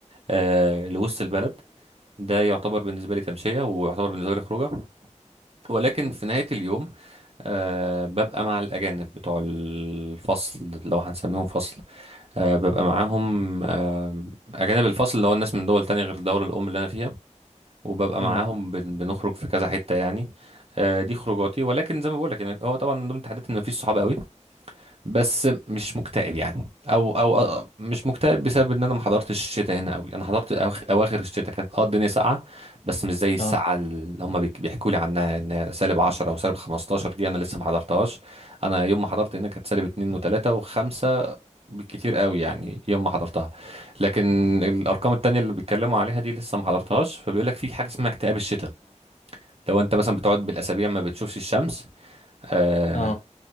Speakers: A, on the right; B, on the left.
A: آه، لوسط البلد ده يعتبر بالنسبة لي تمشية ويعتبر بالنسبة لي خروجة ولكن في نهاية اليوم آه ببقى مع الأجانب بتوع الفصل لو هنسميهم فصل آه ببقى معاهم آه أجانب الفصل اللي هو الناس من دول تانية غير الدولة الأم اللي أنا فيها وببقى
B: امم
A: معاهم بن- بنخرج في كذا حتة يعني آه، دي خروجاتي ولكن زي ما بقول لك يعني هو طبعا من ضمن التحديات ان مفيش صحاب قوي بس مش مكتئب يعني او او أو- مش مكتئب بسبب ان انا ما حضرتش الشتاء هنا قوي انا حضرت أواخ- اواخر الشتاء كانت اه الدنيا ساقعه بس مش زي الساعه
B: اه
A: اللي هم بيحكوا لي عنها ان سالب 10 او سالب 15 دي انا لسه ما حضرتهاش انا يوم ما حضرت انها كانت سالب 2 و3 و5 بالكتير قوي يعني يوم ما حضرتها لكن الارقام التانية اللي بيتكلموا عليها دي لسه ما حضرتهاش فبيقول لك في حاجه اسمها اكتئاب الشتاء لو انت مثلا بتقعد بالاسابيع ما بتشوفش الشمس آه،
B: اه